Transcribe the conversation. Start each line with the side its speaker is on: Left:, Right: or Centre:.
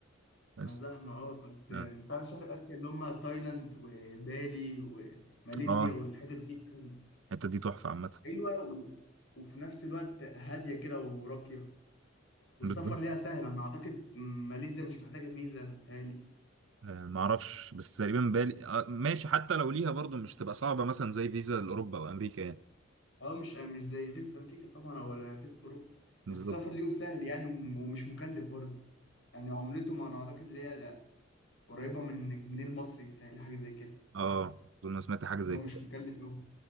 Right: بس
Left: ما زحمة اه بس
Right: اه
Left: فعلا شرق اسيا اللي هما تايلاند وبالي وماليزيا
Right: آه،
Left: والحتت دي فعلا
Right: الحتة دي تحفة عامة
Left: حلوة و... وفي نفس الوقت هادية كده وراقية والسفر
Right: بالظبط
Left: ليها سهل انا اعتقد ماليزيا مش محتاجه فيزا بتهيألي
Right: آه، معرفش بس تقريبا بالي آه، ماشي حتى لو ليها برضو مش تبقى صعبة مثلا زي فيزا لأوروبا وأمريكا يعني
Left: اه مش مش زي فيزة امريكا طبعا ولا فيزة اوروبا
Right: بالظبط
Left: بس السفر ليهم سهل يعني وم- ومش مكلف برضه يعني عملتهم انا اعتقد اللي هي قريبه من الجنيه المصري بتهيألي حاجه زي كده
Right: اه أظن أنا سمعت حاجة زي
Left: لو
Right: كده
Left: مش مكلف قوي